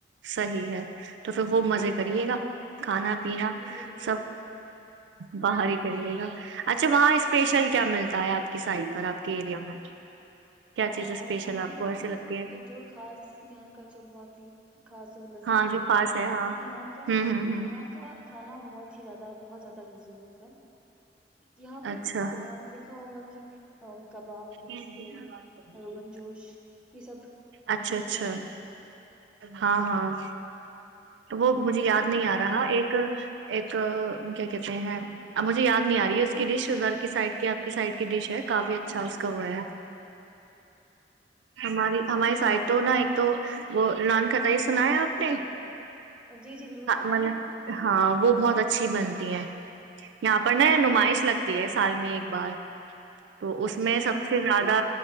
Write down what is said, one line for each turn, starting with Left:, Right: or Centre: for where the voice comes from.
Right: صحیح ہے تو پھر خوب مزے کریے گا کھانا پیینا
Centre: جی بالکل
Right: سب باہر ہی کریے گا اچھا وہاں اسپیشل کیا ملتا ہے آپ کی سائڈ پر آپ کے ایریا میں کیا
Centre: ا
Right: چیز اسپیشل
Centre: یہاں
Right: آپ کو
Centre: کا
Right: ایسے
Centre: جو
Right: لگتی ہے
Centre: جو خاص یہاں کا جو بہت ہی خاص لذیذ
Right: ہاں
Centre: بولوںا
Right: جو خاص ہے ہاں
Centre: یہاں کا
Right: ہوں ہوں ہوں
Centre: یہاں کا کھانا بہت ہی زیادہ بہت زیادہ لزیز ہے یہاں پہ
Right: اچھا
Centre: آپ دیکھا ہوگا کہ کباب
Right: ایک دن
Centre: رشتے
Right: ب
Centre: روغن جوش یہ سب
Right: اچھا
Centre: چیزیں
Right: اچھا ہاں ہاں تو وہ
Centre: ہاں
Right: مجھے یاد
Centre: اور آپ
Right: نہیں آ رہا ایک ایک کیا کہتے ہیں اب مجھے یاد نہیں آ رہی ہے اس کی ڈش گھر کی سائڈ کی آپ کی سائڈ کی ڈش ہے کافی اچ اچھا اس کا وہ ہے ہماری ہماری سائڈ تو نا ایک تو وہان کتائی سنایا آپ نے
Centre: جی جی بالکل سنا
Right: مطلب
Centre: ہے
Right: ہاں وہ بہت اچھی بنتی ہے یہاں پڑھنا ہے نمائش
Centre: اچھا
Right: لگتی ہے سال میں ایک بار تو اس
Centre: اچھا
Right: میں سب سے زیادہ